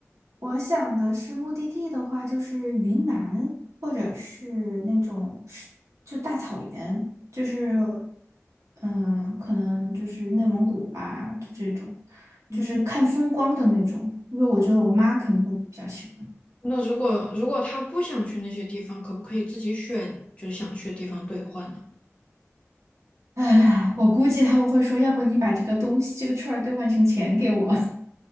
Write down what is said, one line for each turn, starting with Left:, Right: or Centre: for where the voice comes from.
Right: 我想的是目的地的话，就是云南，或者是那种就大草原，就是嗯，可能就是内蒙古吧，就这种，
Left: 嗯，
Right: 就是看风光的那种。因为我觉得我妈可能会比较喜欢。
Left: 那如果如果他不想去那些地方，可不可以自己选就是想去的地方兑换呢？
Right: 唉，我估计他们会说，要不你把这个东西这个券儿兑换成钱给我，